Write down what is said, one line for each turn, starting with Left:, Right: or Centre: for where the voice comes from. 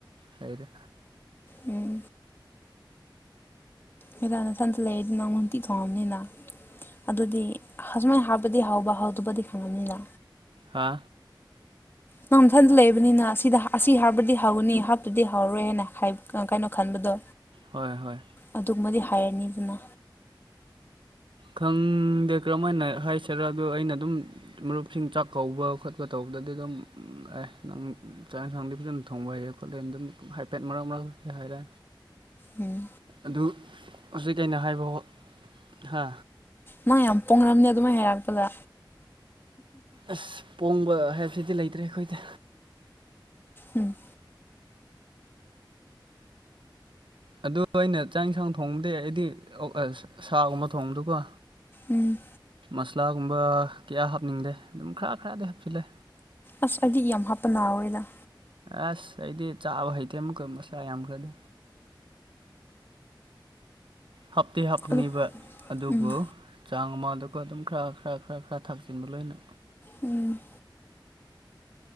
Right: ꯂꯩꯔꯦ
Left: ꯎꯝ ꯃ ꯇꯅ ꯁꯟꯁ ꯂꯩꯗꯅꯨꯇꯤ ꯊꯣꯡꯝꯅꯤꯅ ꯑꯗꯨꯗꯤ ꯑꯁꯃꯥꯏꯅ ꯍꯥꯞꯄꯗꯤ ꯍꯥꯎꯕ ꯍꯥꯎꯗꯕꯗꯤ ꯐꯪꯉꯕꯅꯤꯗ
Right: ꯍꯥ
Left: ꯅꯪ ꯃꯊꯟꯇ ꯂꯩꯕꯅꯤꯅ ꯑꯁꯤꯗ ꯑꯁꯤ ꯍꯥꯞꯄꯗꯤ ꯍꯧꯒꯅꯤ ꯍꯥꯞꯇꯗꯤ ꯍꯧꯔꯣꯏ ꯍꯥꯏꯅ ꯀꯩꯅꯣ ꯈꯟꯕꯗꯣ
Right: ꯍꯣꯏ ꯍꯣꯏ
Left: ꯑꯗꯨꯒꯨꯝꯕꯗꯤ ꯍꯥꯏꯔꯅꯤꯗꯅ
Right: ꯈꯪꯗꯦ ꯀꯔꯝꯍ ꯍꯥꯏꯅ ꯍꯥꯏꯁꯤꯔ ꯑꯗꯣ ꯑꯩꯅ ꯑꯗꯨꯝ ꯃꯔꯨꯞꯁꯤꯡ ꯆꯥꯛ ꯀꯧꯕ ꯈꯣꯠꯄ ꯇꯧꯕ ꯑꯗꯨꯗꯗꯤ ꯑꯗꯨꯝ ꯑꯦ ꯅꯪ ꯆꯥꯛ ꯌꯦꯟꯁꯥꯡꯗꯤ ꯐꯖꯅ ꯊꯣꯡꯕ ꯍꯩꯔꯦ ꯈꯣꯠꯂꯦ ꯑꯗꯨꯝ ꯍꯥꯏꯐꯦꯠ ꯃꯔꯛ ꯃꯔꯛꯇ ꯍꯥꯏꯔꯦ
Left: ꯎꯝ
Right: ꯑꯗꯨ ꯍꯧꯖꯤꯛ ꯀꯩꯅꯣ ꯍꯥꯏꯕ ꯍꯥ
Left: ꯃꯥ ꯌꯥꯝ ꯄꯣꯡꯅꯝꯅꯦ ꯑꯗꯨꯃꯥꯏꯅ ꯍꯥꯏꯔꯛꯄꯗ
Right: ꯑꯁ ꯄꯣꯡꯕ ꯍꯥꯏꯕꯁꯤꯗꯤ ꯂꯩꯇ꯭ꯔꯦ ꯑꯩꯈꯣꯏꯗ
Left: ꯎꯝ
Right: ꯑꯗꯨ ꯑꯩꯅ ꯆꯥꯛ ꯌꯦꯟꯁꯥꯡ ꯊꯣꯡꯕꯗꯤ ꯑꯩꯗꯤ ꯁꯥꯒꯨꯝꯕ ꯊꯣꯡꯕꯗꯨꯀꯣ
Left: ꯎꯝ
Right: ꯃꯁꯂꯥꯒꯨꯝꯕ ꯀꯌꯥ ꯍꯥꯞꯅꯤꯡꯗꯦ ꯑꯗꯨꯝ ꯈꯔ ꯈꯔꯗꯤ ꯍꯥꯞꯆꯤꯜꯂꯦ
Left: ꯑꯁ ꯍꯥꯏꯗꯤ ꯌꯥꯝ ꯍꯥꯞꯄ ꯅꯥꯎꯋꯦꯗ
Right: ꯒꯌꯥꯁ ꯑꯩꯗꯤ ꯆꯥꯕ ꯍꯩꯇꯦ ꯑꯃꯨꯛ ꯀꯣꯏ ꯃꯁꯂꯥ ꯌꯥꯝꯈ꯭ꯔꯗꯤ ꯍꯥꯞꯇꯦ ꯍꯥꯞꯅꯤꯕ
Left: ꯑꯗꯣ
Right: ꯑꯗꯨꯕꯨ
Left: ꯎꯝ
Right: ꯆꯥꯡ ꯑꯃꯗꯨ ꯑꯗꯨꯝ ꯈꯔ ꯈꯔ ꯈꯔ ꯈꯔ ꯊꯥꯛꯆꯤꯟꯕ ꯂꯣꯏꯅ
Left: ꯎꯝ